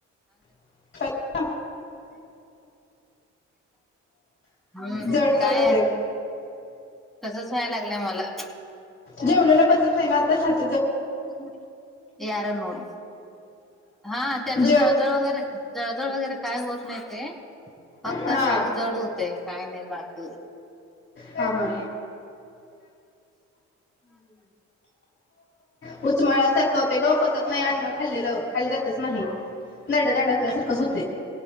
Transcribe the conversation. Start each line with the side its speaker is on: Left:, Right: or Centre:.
Left: <unintelligible>
Centre: हम्म
Left: जड जड
Centre: काय
Left: होतंय.
Centre: तसच व्हायला लागलंय मला.
Left: जेवलेला पचत नाय ना! तं..
Centre: <unintelligible> हा त्याच जळजळ
Left: जेव
Centre: वैगरे, जळजळ वैगरे काय होत नाय. फक्त
Left: हा
Centre: सांग जड होते. काय नाय बाकी.
Left: हा हा उचमळल्या सारखं होतंय ग पन. चत नाही अन्न खाल्लेलं, खाली जातच नाही. नरड्यात अडकल्यासारखंच होतंय.